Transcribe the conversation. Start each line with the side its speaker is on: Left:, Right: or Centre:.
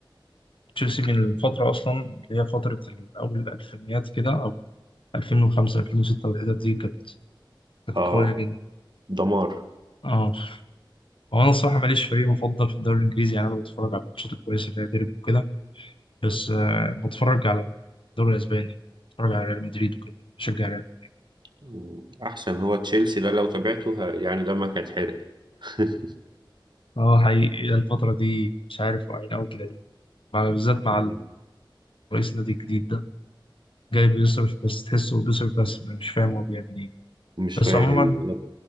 Left: تشيلسي من الفتره اصلا اللي هي فتره اول الالفينيات كده او 2005 2006 والحتت دي كانت كانت
Right: اه
Left: قويه جدا
Right: دمار
Left: اه هو انا الصراحه ماليش فريق مفضل في الدوري الانجليزي يعني انا بتفرج على الماتشات الكويسه اللي هي ديربي وكده بس آه، بتفرج على الدوري الاسباني بتفرج على ريال مدريد وكده بشجع ريال
Right: مم. احسن هو تشيلسي ده لو تابعته ه- يعني دمك هيتحرق <laughs>
Left: اه حقيقي الفتره دي مش عارف واقعين قوي كده ليه مع- بالذات مع
Right: مم.
Left: رئيس النادي الجديد ده جاي بيصرف بس تحسه بيصرف بس مش فاهم هو بيعمل ايه
Right: مش
Left: بس
Right: فاهم
Left: عموما
Right: لا.